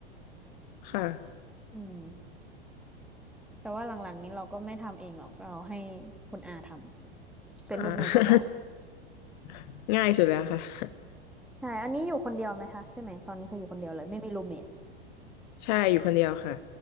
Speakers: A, on the left; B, in the centre.
A: ค่ะ
B: อืมแต่ว่าหลังๆนี้เราก็ไม่ทำเองหรอกเราให้คุณอาทำเป็นลูกมือก็พอ
A: อ่า <laughs> ง่ายสุดแล้วค่ะ
B: ใช่อันนี้อยู่คนเดียวไหมคะใช่ไหมตอนนี้คืออยู่คนเดียวเลยไม่มีรูมเมท
A: ใช่อยู่คนเดียวค่ะ